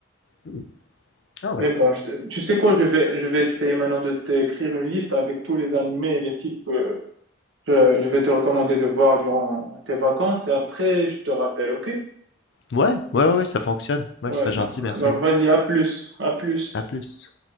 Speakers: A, on the left; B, on the right.
A: hmm. Ah ouais.
B: mais bon, je te- tu sais quoi, je vais je vais essayer maintenant de t'écrire une liste avec tous les animés et les films que je, je vais te recommander de voir durant tes vacances et après je te rappelle, OK?
A: Ouais, ouais, ouais, ouais, ça fonctionne. Ouais,
B: Ouais,
A: ce serait gentil,
B: non.
A: merci.
B: Donc vas-y, à plus, à plus.
A: À plus.